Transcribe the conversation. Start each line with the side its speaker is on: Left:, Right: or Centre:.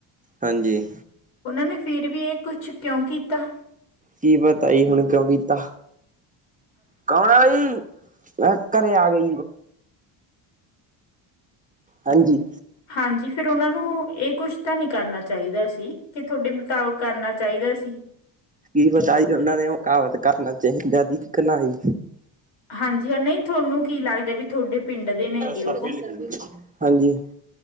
Right: ਹਾਂਜੀ
Left: ਉਹਨਾਂ ਨੇ ਫਿਰ ਵੀ ਇਹ ਕੁਛ, ਕਿਉਂ ਕੀਤਾ?
Right: ਕੀ ਪਤਾ ਈ, ਹੁਣ ਕਿਉਂ ਕੀਤਾ, ਕੌਣ ਆ ਜੀ? ਅ ਘਰੇ ਆ ਗਈ ਹਾਂਜੀ।
Left: ਹਾਂਜੀ, ਫਿਰ ਉਹਨਾਂ ਨੂੰ, ਇਹ ਕੁਛ ਤਾਂ‌ ਨਹੀਂ ਕਰਨਾ ਚਾਹੀਦਾ ਸੀ। ਕਿ, ਤੁਹਾਡੇ ਮੁਤਾਬਕ ਕਰਨਾ ਚਾਹੀਦਾ ਸੀ।
Right: ਕੀ ਪਤਾ ਅਹੀ ਤੇ ਉਹਨਾਂ ਦੇ ਮੁਕਾਬਤ ਕਰਨਾ ਚਾਹੀਦਾ ਤੀ, ਕ ਣਾਈ।
Left: ਹਾਂਜੀ, ਹਾਂ, ਨਹੀਂ ਥੋਨੂੰ ਕੀ ਲੱਗਦਾ ਵੀ ਤੁਹਾਡੇ ਪਿੰਡ ਦੇ ਨੇਗੇ
Right: ਸਰ
Left: ਉਹ
Right: ਬੇਲੀ, ਹਾਂਜੀ।